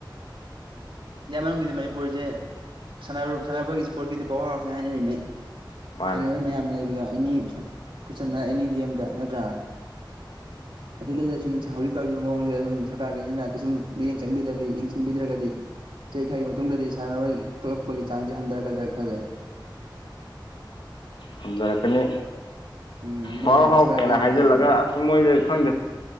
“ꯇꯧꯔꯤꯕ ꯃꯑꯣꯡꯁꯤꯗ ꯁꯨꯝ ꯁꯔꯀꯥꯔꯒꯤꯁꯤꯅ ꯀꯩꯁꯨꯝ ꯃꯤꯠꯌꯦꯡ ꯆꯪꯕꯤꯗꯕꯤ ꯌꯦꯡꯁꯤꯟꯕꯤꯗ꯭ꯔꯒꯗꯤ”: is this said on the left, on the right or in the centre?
Right